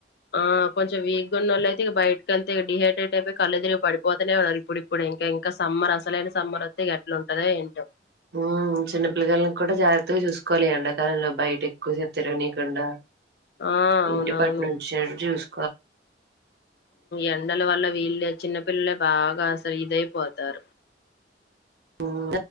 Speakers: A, on the left (about 60°); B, on the right (about 65°).
A: ఆ కొంచం వీక్గా ఉన్నోళ్ళయితే బయటకి వెళ్తే డిహైడ్రేట్ అయి కళ్ళు తిరిగి పడిపోతానే ఉ ఇప్పు ఇప్పుడు ఇంకా ఇంకా సమ్మర్ అసలైన సమ్మర్ వత్తే ఎట్లుంటదో ఏంటో
B: ఉ చిన్న పిల్లగాలను కూడా జాగ్రత్తగా చూసుకోవాలి ఎండాకాలంలో బయటి ఎక్కువ చెప్తారునీకుండా
A: ఆ అవునవును
B: ఇంటి పటి నుంచి చూసు
A: ఎండల వల్ల వీళ్ళే చిన్నపిల్లలే బాగా అసలు ఇదైపోతారు
B: హ్మ్.